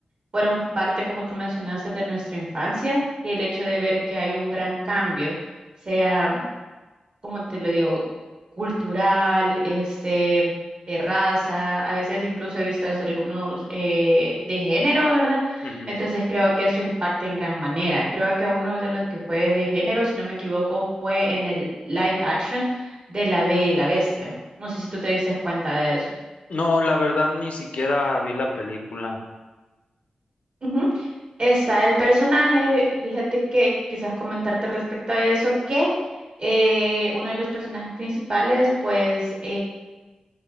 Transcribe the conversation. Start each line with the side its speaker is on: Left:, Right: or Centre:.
Right: fueron parte, como tú mencionaste, de nuestra infancia y el hecho de ver que hay un gran cambio. sea como te lo digo, cultural, este, de raza, a veces incluso he visto algunos eh, de género, ¿verdad?
Left: Ujú.
Right: Entonces creo que eso impacta en gran manera. Creo que uno de los que fue de género, si no me equivoco, fue en el live action de La Bella y la Bestia. No sé si tú te diste cuenta de eso.
Left: No, la verdad ni siquiera vi la película.
Right: Ujú. Está el personaje, fíjate que quizás comentarte respecto a eso, que eh, uno de los personajes principales, pues